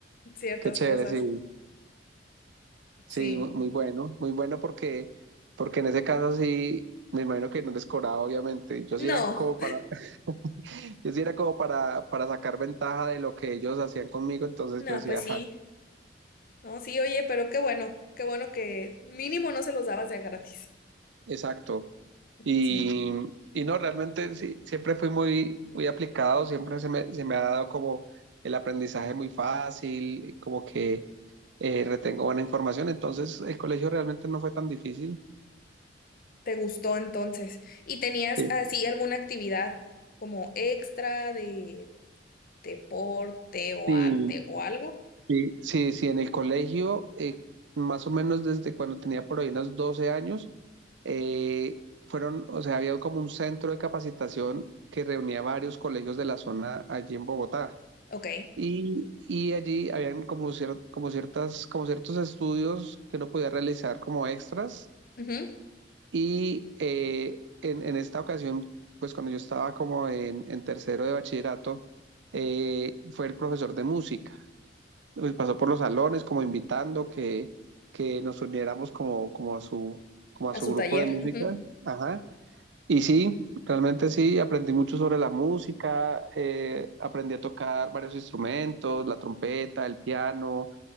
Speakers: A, on the left; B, on the right.
A: ciertas
B: qué chévere,
A: cosas.
B: sí,
A: Sí.
B: sí, mu- muy bueno, muy bueno porque, porque en ese caso sí, me imagino que no les cobraba, obviamente. Yo
A: No.
B: sí era como para, <laughs> yo sí era como para, para sacar ventaja de lo que ellos hacían conmigo, entonces
A: No,
B: yo decía,
A: pues
B: ajá,
A: sí. No, sí, oye, pero qué bueno, qué bueno que mínimo no se los dabas de a gratis.
B: exacto. Y,
A: Sí,
B: y no, realmente sí, siempre fui muy, muy aplicado, siempre se me, se me ha dado como el aprendizaje muy fácil, como que eh, retengo buena información. Entonces, el colegio realmente no fue tan difícil.
A: te gustó entonces. ¿Y tenías
B: Sí,
A: así alguna actividad como extra de deporte o
B: Sí,
A: arte o algo?
B: sí, sí, sí, en el colegio, eh, más o menos desde cuando tenía por ahí unos 12 años, eh, fueron, o sea, había como un centro de capacitación que reunía varios colegios de la zona allí en Bogotá.
A: Ok.
B: Y, y allí habían como, cier- como, ciertas, como ciertos estudios que uno podía realizar como extras
A: Ujú.
B: Y eh, en, en esta ocasión, pues cuando yo estaba como en, en tercero de bachillerato, eh, fue el profesor de música. Pues pasó por los salones como invitando que, que nos uniéramos como, como a su, como a
A: A
B: su
A: su
B: grupo
A: taller.
B: de música.
A: Ujú.
B: Ajá. Y sí, realmente sí, aprendí mucho sobre la música, eh, aprendí a tocar varios instrumentos, la trompeta, el piano,